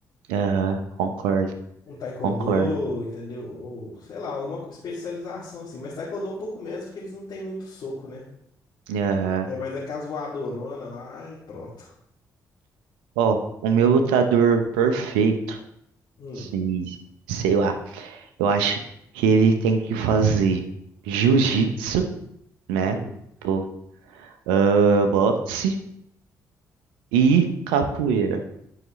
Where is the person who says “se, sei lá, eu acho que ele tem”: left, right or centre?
Right